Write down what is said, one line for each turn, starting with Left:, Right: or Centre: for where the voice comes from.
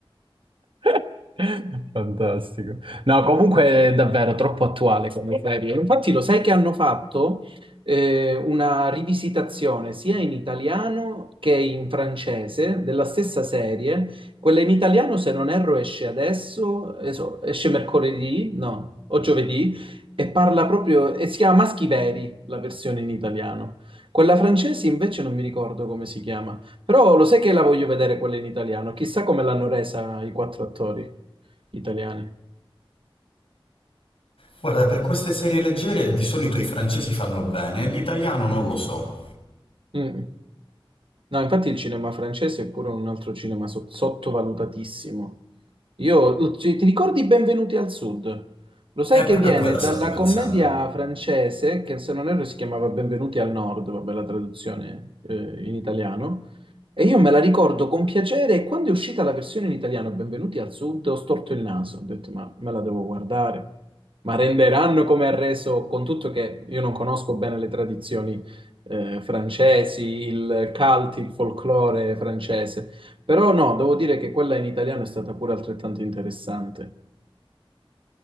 Right: <laughs> Fantastico. No, comunque è davvero troppo attuale come serie. Infatti lo sai che hanno fatto eh, una rivisitazione sia in italiano che in francese della stessa serie. Quella in italiano, se non erro, esce adesso, adesso esce mercoledì, no, o giovedì, e parla proprio, e si chiama Maschi Veri, la versione in italiano. Quella francese invece non mi ricordo come si chiama. Però lo sai che la voglio vedere quella in italiano? Chissà come l'hanno resa i quattro attori italiani.
Left: Guarda, per queste serie leggere di solito i francesi fanno bene, l'italiano non lo so.
Right: Mm. No, infatti il cinema francese è pure un altro cinema sot- sottovalutatissimo. Io, ci- ti ricordi Benvenuti al Sud? Lo sai
Left: È
Right: che
Left: proprio
Right: viene
Left: a quella
Right: dalla
Left: stavo pensando.
Right: commedia francese, che se non erro si chiamava Benvenuti al Nord, vabbè la traduzione eh, in italiano, E io me la ricordo con piacere e quando è uscita la versione in italiano Benvenuti al Sud ho storto il naso, ho detto ma me la devo guardare, ma renderanno come ha reso, con tutto che io non conosco bene le tradizioni eh, francesi, il cult, il folklore francese, però no, devo dire che quella in italiano è stata pure altrettanto interessante.